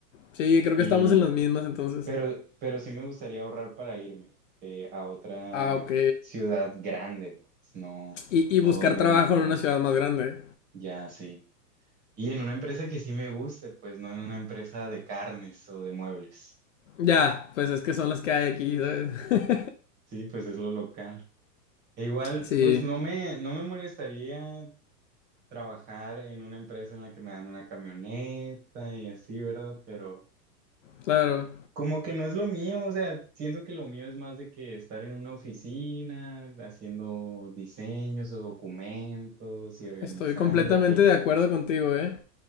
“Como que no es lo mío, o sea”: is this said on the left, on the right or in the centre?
Right